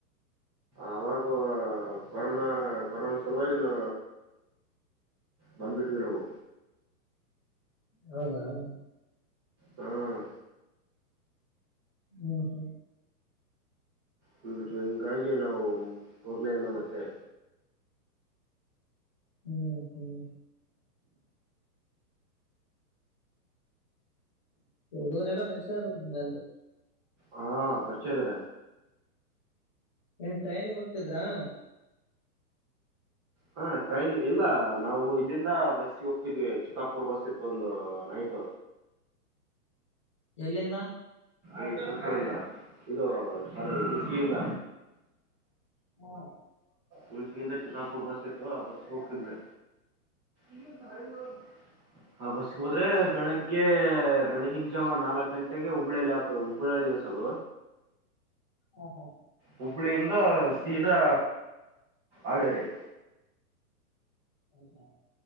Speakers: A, on the right; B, on the left.
A: ಆವಾಗ ಕೊರೋನಾ ಕೊರೋ ಸಲುವಾಗಿ ನ ಬಂದು್ಬಿಟ್ವಿ ನಾವು
B: ಹೌದಾ ಹ
A: ಹ್ಮ್
B: ಹ್ಮ ಹ್ಮ್
A: ಅಂದ್ಬಿಟ್ಟವಿ ಹಿಂಗಾಗಿ ನಾವು ಹೋಗನೇ ಅಂದ ಮತ್ತೆ
B: ಹ್ಮ್ ಹ್ಮ್ ಎಡುೂರ ಎಲ್ಲ ಪೈಸ ಅಲ್ಲಿ
A: ಹಾ ಪರಿಚಯದಾರ
B: ಏನ್ ಟ್ರೈನಿಗೆ ಹೋಗ್ತಿದ್ರಾ
A: ಹಾ ಟ್ರೈನಿಂಗ್ ಇಲ್ಲ ನಾವು ಇಲ್ಲಿಂದ ಬಸ್ಿಗೆ ಹೋಗಿದ್ವಿ ಚಿತ್ತಾಪುರ್ ಬಸ್ ಇತ್ತು ಒಂದು ನೈಟ್
B: ಎಲ್ಲಿಂದ
A: ಈ ಶುರ್ಕುರಿಂದ ಇದು ಸಾರಿ ಇಚಗಯಿಂದ
B: ಹ್ಮ
A: ಉುಳಸಿಯಿಂದ ಚಿಿತಾಪುರ್ ಬಸ್ ಇತ್ತು ಆ ಬಸ್ಗೆ ಹೋಗ್ತಿದ್ವಿ ಇಲ್ಲ ನಳ ಆ ಬಸ್ಗೆ ಹೋದ್ರೆ ಬೆಳಗ್ಗೆ ಬೆಳಗಿಿನ ಜಾವ ನಾಲ್ಕಕ್ ಗಂಟೆಗೆ ಹುಬ್ಳಳ್ಳಿಲ್ಲಿ ಆಗ್ತದೆ ಉಬರ ಇದು ಸಗ
B: ಹಾ ಹಾ
A: ಹುಬ್ಬಳಿಂದ ಸೀದಾ ಆವರಿ
B: ಹೌದಾ